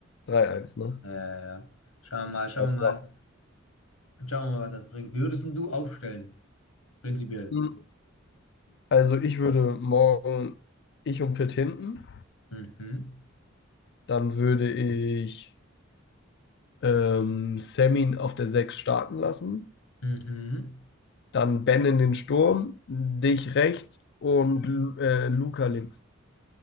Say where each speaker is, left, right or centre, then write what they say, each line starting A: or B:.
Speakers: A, on the left; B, on the left.
A: drei eins ne?
B: Ja, ja, ja. Schauen wir mal, schauen
A: Ja.
B: wir
A: klar.
B: mal. Schauen wir mal, was das bringt. Wie würdest denn du aufstellen? Prinzipiell.
A: Hm, Also ich würde morgen, ich und Pitt hinten,
B: Mhm.
A: dann würde ich. ähm, Semin auf der 6 starten lassen,
B: Mhm.
A: dann Ben in den Sturm, dich rechts und Lu- äh, Luca links.